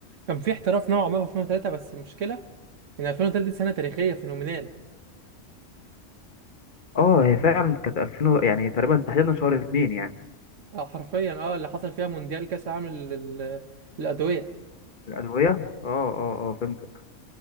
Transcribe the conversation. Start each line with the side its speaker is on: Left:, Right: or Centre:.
Right: كان في احتراف نوعا ما في 2003 بس المشكله ان 2003 دي سنه تاريخيه فينومينال
Left: اه هي فعلا كانت 2000 و- يعني تقريبا تحديدا شهر اتنين يعني
Right: اه حرفيا اه اللي حصل فيها مونديال كاس العالم لل- لل- للادويه
Left: الأدوية اه اه اه فهمتك